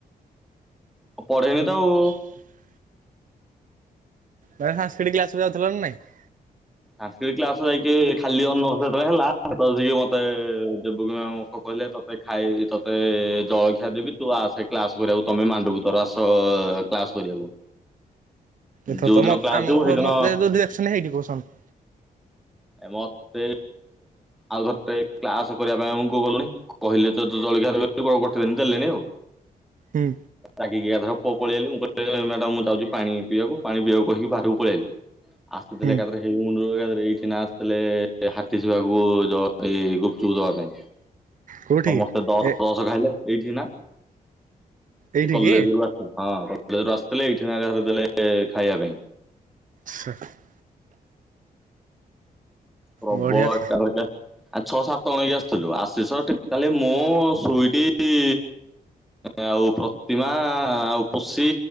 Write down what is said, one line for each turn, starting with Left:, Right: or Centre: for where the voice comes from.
Centre: ଆ ପଢେଇନି ତ ଆଉ।
Right: <inaudible> ତମେ ସାଂସ୍କିଟି କ୍ଲାସ୍ କୁ ଯାଉଥିଲା ନା ନାଇଁ।
Centre: ସାଂସ୍କିଟି କ୍ଲାସ୍ କୁ ଯାଇକି ଖାଲି ଅନର୍ଷ ଯେତେବେଳେ ହେଲା ସେତେବେଳେ ସିଏ ମତେ ଦେବକି ମ୍ୟାମ୍। କଣ କହିଲେ ତତେ ଖାଇ ତତେ ଜଳଖିଆ ଦେବି ତୁ ଆସେ କ୍ଲାସ୍ କରିବାକୁ ତୁମେ ମାଣ୍ଡକୁ ତୋର ଆସ। କ୍ଲାସ୍ କରିବାକୁ।
Right: ଏଥର
Centre: ଯୋଉ
Right: ତ
Centre: ଦିନ କ୍ଲାସ
Right: ଆମ
Centre: ଯିବୁ ସେଇଦିନ
Right: ସବୁ ମତେ ଯୋଉ ଡିରେକସନ୍ ହେଇନି କୋଉ ସବ୍।
Centre: ଏ ମତେ। ଆଉ ଥରେ ଟେ କ୍ଲାସ୍ କରିବା ପାଇଁ ଆମକୁ ଗଲୁନି କହିଲେ ତ ଜଳଖିଆ ଦେବେ ଗୋଟେ ଦିନ ଦେଲେନି ଆଉ।
Right: ହୁଁ।
Centre: ତାପରେ ରାଗିକି ଏକାଥରେ ପଳେଇଆଇଲି ମୁଁ କହିଲି ମ୍ୟାଡାମ୍ ମୁଁ ଯାଉଛି ପାଣି ପିଇଆକୁ ପାଣି ପିଇଆକୁ କହିିକି ବାହାରକୁ ପଳେଇଆଇଲି। ଆସି ଥିଲେ
Right: ହୁଁ
Centre: ଏକାଥରେ ହେ ମୁଣ୍ଡରୁ ଏଇଠି ନା। ଥିଲେ ହାତୀସ୍ ବାବୁ‌ ଏଇ ଗୁପ୍ ଚୁପ୍ ଦବା ପାଇଁ।
Right: କୋଉଠି
Centre: ସମସ୍ତେ ଦଶ
Right: ଏ
Centre: ଦଶ ଖାଇଲେ ଏଇଠି କିନା
Right: ଏଇଠିକି
Centre: ଏ କଲେଜ ରୁ ଆ। ହଁ କରୁ ଆସିଥିଲେ ଏଇଠି ନାରେ ଦେଲେ ଖାଇବା ପାଇଁ
Right: <inaudible>
Centre: ପ୍ରବଳର
Right: ବଢିଆ ତ
Centre: ଆ ଛଅ ସାତ ଅଣକି ଆସିଥିଲୁ ଆସିସିକ କାଲି ମୁଁ ସୁଇଟି ଆଉ ପ୍ରତିମା ଆଉ ପଶି